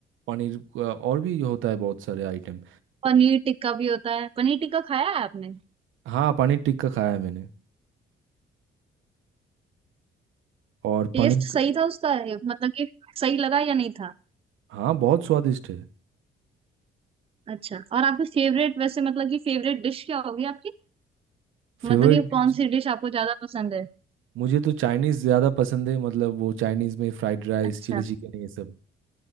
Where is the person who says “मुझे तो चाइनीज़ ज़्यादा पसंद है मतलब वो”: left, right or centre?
Right